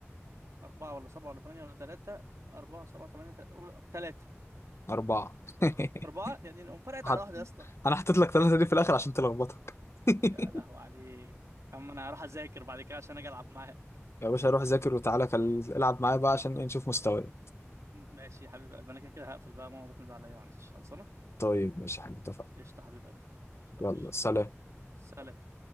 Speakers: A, on the right (about 80°); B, on the left (about 60°).
A: اربعة ولا سبعة ولا تمانية ولا تلاتة أربعة سبعة تمانية تلاتة
B: أربعة <laughs>
A: أربعة يعني أم فرقت
B: حد
A: على واحدة يا اسطى
B: انا حطيت لك ثلاثة دي في الاخر عشان تلخبطك <laughs>
A: يا لهو عليك يا عم أنا هروح أذاكر بعد كده عشان أجي ألعب معاها
B: يا باشا روح ذاكر وتعالى كل- العب معايا بقى عشان إيه، نشوف مستواي
A: م- ماشي يا حبيب قلبي أنا كده كده هقفل بقى ماما بتنادي عليا معلش خلصانة
B: طيب ماشي احنا اتفقنا
A: قشطة يا حبيب قلبي قشطة يا
B: يلا
A: باشا.
B: سلام
A: سلام سلام